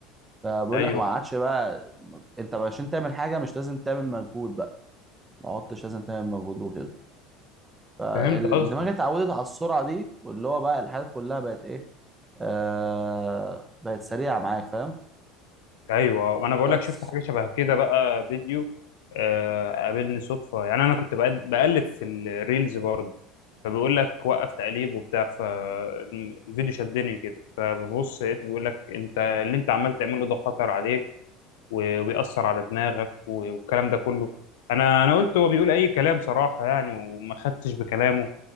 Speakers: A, on the right; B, on the left.
A: فبقول
B: ايوه
A: لك ما عادش بقى انت عشان تعمل حاجة مش لازم تعمل مجهود بقى ما عدتش لازم تعمل مجهود وكده فالدماغ
B: فهمت قصدك
A: اتعودت على السرعه دي واللي هو بقى الحاجات كلها بقت ايه آه بقت سريعه معاك فاهم
B: ايوه وانا بقول
A: بس
B: لك شفت حاجه شبه كده بقى فيديو آه، قابلني صدفه يعني انا كنت بقد- بقلب في الريلز برضه فبيقول لك وقف تقليب وبتاع فالفيديو شدني كده فببص لقيته بيقول لك انت اللي انت عمال تعمله ده خطر عليك و- وبيأثر على دماغك و- والكلام ده كله انا انا قلت هو بيقول اي كلام صراحه يعني وما خدتش بكلامه